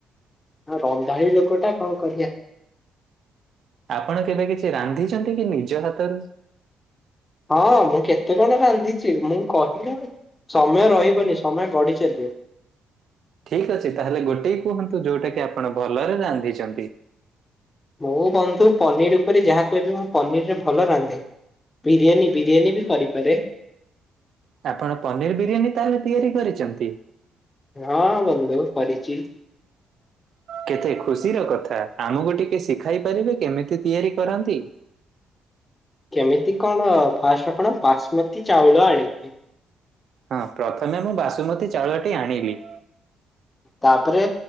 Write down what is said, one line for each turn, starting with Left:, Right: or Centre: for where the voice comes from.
Left: ହଁ ରନ୍ଧାଳି ଲୋକଟା କଣ କରିବା।
Right: ଆପଣ କେବେ କିଛି ରାନ୍ଧିଚନ୍ତି କି ନିଜ ହାତରୁ?
Left: ହଁ ମୁଁ କେତେ କଣ ରାନ୍ଧିଚି। ମୁଁ କହିଲେ ଆଉ ସମୟ ରହିବନି ସମୟ ଗଡି ଚାଲିିବ।
Right: ଠିକ୍ ଅଛି ତାହେଲେ ଗୋଟିଏ କୁହନ୍ତୁ ଯୋଉଟା କି ଆପଣ ଭଲରେ ରାନ୍ଧିଚନ୍ତି।
Left: ମୁଁ ବନ୍ଧୁ ପନିର ଉପରେ ଯାହା କହିବେ। ମୁଁ ପନିରରେ ଭଲ ରାନ୍ଧେ। ବିରିୟାନୀ, ବିରିୟାନୀ ବି କରିପାରେ।
Right: ଆପଣ ପନିର ବିରିୟାନୀ ତାହେଲେ ତିଆରି କରିଚନ୍ତି?
Left: ହଁ ବନ୍ଧୁ କରିଚି।
Right: କେତେ ଖୁସିର କଥା ଆମକୁ ଟିକେ ଶିଖାଇ ପାରିବେ କେମିତି ତିଆରି କରନ୍ତି?
Left: କେମିତି କଣ ଫାଷ୍ଟ ଆପଣ ବାସୁମତୀ ଚାଉଳ ଆଣିବେ।
Right: ହଁ ପ୍ରଥମେ ମୁଁ ବାସୁମତୀ ଚାଉଳଟି ଆଣିବି।
Left: ତାପରେ